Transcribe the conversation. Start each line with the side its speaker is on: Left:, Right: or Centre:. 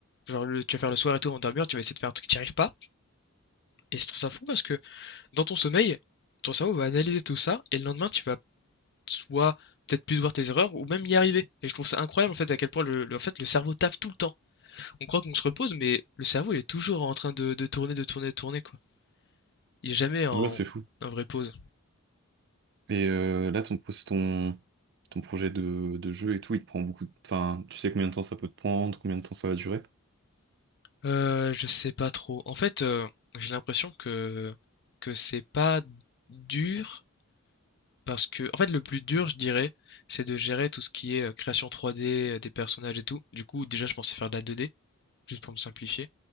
Left: Genre le tu vas faire le soir et tout avant de dormir, tu vas essayer de faire un truc, que tu y arrives pas. Et je trouve ça fou parce que dans ton sommeil, ton cerveau va analyser tout ça et le lendemain, tu vas soit peut-être plus voir tes erreurs ou même y arriver. Et je trouve ça incroyable en fait à quel point le, le- en fait, le cerveau taffe tout le temps. On croit qu'on se repose, mais le cerveau il est toujours en train de, de tourner, de tourner, de tourner quoi. Il est jamais en,
Right: Ouais, c'est fou.
Left: en vraie pause.
Right: Et euh, là, ton, pro- ton, ton projet de, de jeu et tout, il te prend beaucoup de... Enfin, tu sais combien de temps ça peut te prendre, combien de temps ça va durer?
Left: Euh, je sais pas trop. En fait, euh, j'ai l'impression que, que c'est pas dur Parce que, en fait, le plus dur, je dirais, c'est de gérer tout ce qui est euh, création 3D, euh, des personnages et tout. Du coup, déjà, je pensais faire de la 2D, juste pour me simplifier.